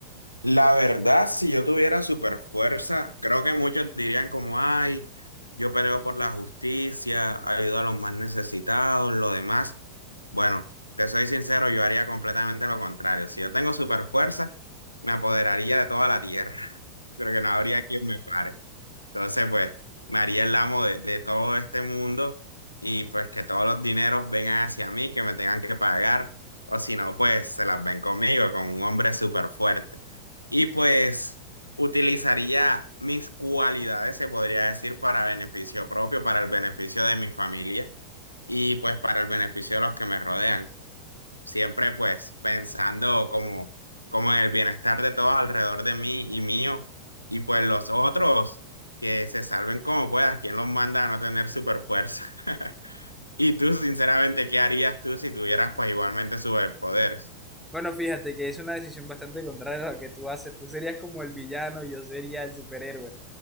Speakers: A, on the left; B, in the centre.
A: La verdad, si yo tuviera super fuerza, creo que muchos dirían como, ay, yo peleo por la justicia, ayudo a los más necesitados, lo demás. Bueno, te soy sincero, yo haría completamente lo contrario. Si yo tengo super fuerza, me apoderaría de toda la tierra. <laughs> Creo que no habría quien me pare. Entonces, pues, me haría el amo de, de todo este mundo y pues que todos los dineros vengan hacia mí, que me tengan que pagar, o si no, pues se las ven conmigo, con un hombre súper fuerte. Y pues utilizaría mis cualidades, se podría decir, para beneficio propio, para el beneficio de mi familia y pues para el beneficio de los que me rodean siempre pues pensando como, como en el bienestar de todos alrededor de mí y mío, y pues los otros que se salven como puedas, ¿quién los manda a no tener super fuerza? <laughs> Y tú, sinceramente, ¿qué harías tú si tuvieras pues igualmente superpoderes?
B: Bueno, fíjate que es una decisión bastante contraria a lo que tú haces. Tú serías como el villano y yo sería el superhéroe.